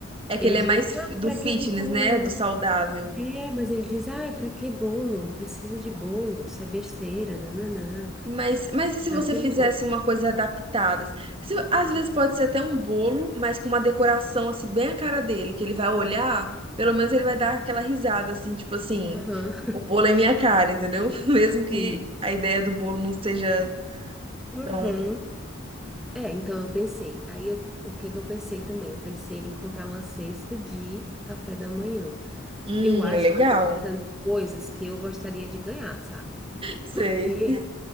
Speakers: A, on the right (about 25°); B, in the centre.
A: É que
B: Ele
A: ele é
B: diz
A: mais
B: assim,
A: fi-
B: ah,
A: do
B: pra
A: fitness,
B: que que tu...
A: né? Do saudável.
B: É, mas ele diz, ah, é pra que bolo? Não Precisa de bolo. Isso é besteira, nananã.
A: Mas, mas e se
B: Daquele
A: você fizesse
B: jeito.
A: uma coisa adaptada? Se- às vezes pode ser até um bolo, mas com uma decoração assim bem a cara dele, que ele vai olhar, pelo menos ele vai dar aquela risada assim, tipo assim,
B: Aham,
A: o bolo é minha cara, entendeu? <laughs> Mesmo que
B: sim.
A: a ideia do bolo não seja
B: Uhum.
A: tão,
B: É, então eu pensei. Aí eu- o que que eu pensei também? Eu pensei em comprar uma cesta de café da manhã.
A: hum,
B: Eu acho
A: é legal.
B: que eu tô pensando em coisas que eu gostaria de ganhar, sabe?
A: Sei.
B: <laughs> Porque